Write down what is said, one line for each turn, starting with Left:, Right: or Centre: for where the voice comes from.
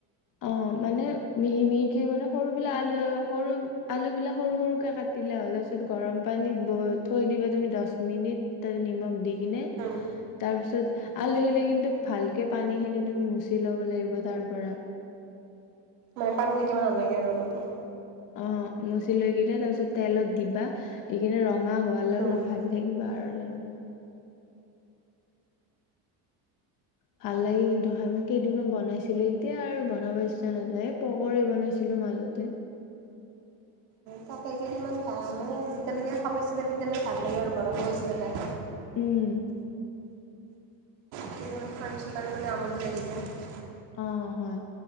Left: অ মানে মিহি মিহিকে মানে সৰু বিলাক আলু সৰু আলু বিলাক সৰু সৰুকে কা দিলা হ'লে পিছত গৰম পানীত ব থৈ দিবা তুমি দহ মিনিট তাতে নিমখ দি কিনে
Right: উম
Left: তাৰপিছত আলহী আহিলে কিন্তু ভালকে পানী খিনি তুমি মুচি ল'ব লাগিব তাৰ পৰা
Right: মানে পানী তিতিব নালাগে আৰু অলপো
Left: অ মচি লৈ কিনে তাৰপিছত তেলত দিবা দি কিনে ৰঙা হোৱালৈ
Right: উম
Left: অলপ ভাজি থাকিবা আৰু যেনে ভাল লাগে কিন্তু খাই মই কেইদিনমান বনাইছিলো এতিয়া আৰু বনাব ইচ্ছা নাযায় এ পকৰী বনাইছিলো মাজতে
Right: তাকেই কেইদিনমান ভা মানে যেতিয়ালৈকে খাব ইচ্ছা তেতিয়ালৈকে ভাল লাগে আৰু বনাব ইস্তা যায়
Left: উম।
Right: কেইদিন মান খোৱাৰ পাছত আৰু মানে আমনি লাগি যায়।
Left: অ' হয়।